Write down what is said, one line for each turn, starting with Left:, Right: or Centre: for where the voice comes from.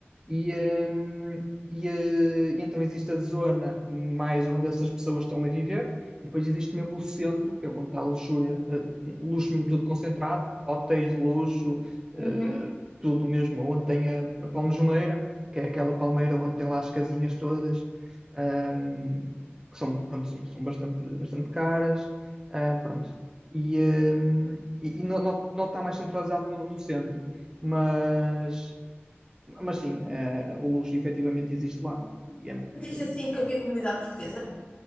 Right: E, hum, e, eh, e então existe a zona mais onde essas pessoas estão a viver, e depois existe mesmo o centro, que é onde está a luxúria, eh, luxo mesmo tudo concentrado, hotéis de luxo, eh,
Left: Uhum.
Right: tudo mesmo, onde tem a, a Palmejoneira, que é aquela palmeira onde tem lá as casinhas todas, ahm, que são, pronto, são, são bastante, bastante caras, ah, pronto. E, ahm, e, e não, não, não está mais centralizado no no centro mas mas sim, eh, o luxo efetivamente existe lá e é muito
Left: Sentiste
Right: mesmo.
Left: assim que havia comunidade portuguesa?